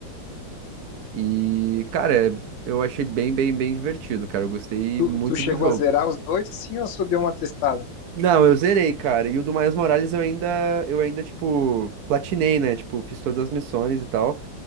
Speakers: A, on the right (about 70°); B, on the left (about 75°).
A: E, cara, é- eu achei bem, bem, bem divertido, cara. Eu gostei
B: Tu,
A: muito
B: tu chegou
A: do jogo.
B: a zerar os dois, assim, ou só deu uma testada?
A: Não, eu zerei, cara. E o do Miles Morales eu ainda, eu ainda, tipo, platinei, né? Tipo, fiz todas as missões e tal.